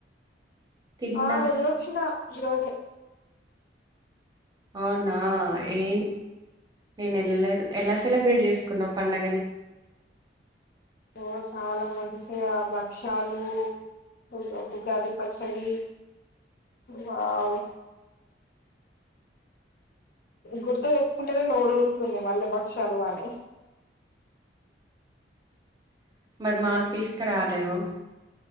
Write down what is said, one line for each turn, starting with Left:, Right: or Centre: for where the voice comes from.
Right: తిన్నా
Left: ఆ వెళ్ళొచ్చిన ఈ రోజే
Right: అవునా ఏం నేను ఎళ్ళలేదు ఎలా సెలబ్రేట్ చేసుకున్నావు పండగని
Left: ఓ చాలా మంచిగా భక్షాలు ఉగ ఉగాది పచ్చడి వావ్ గుర్తు తెచ్చుకుంటేనే నోరు ఊరుతుంది మళ్ళీ భక్షాలు అని
Right: మరి మాకు తీసుకురలేవ్